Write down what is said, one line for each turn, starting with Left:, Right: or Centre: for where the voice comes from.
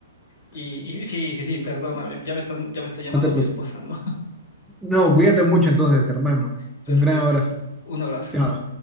Left: y, y sí, sí, sí, perdóname, ya me están, ya me está llamando
Centre: No te preocupes.
Left: mi esposa, ¿no?
Centre: No, cuídate mucho entonces, hermano.
Left: <laughs> Perfecto.
Centre: Un gran abrazo.
Left: Un abrazo.
Centre: Chao.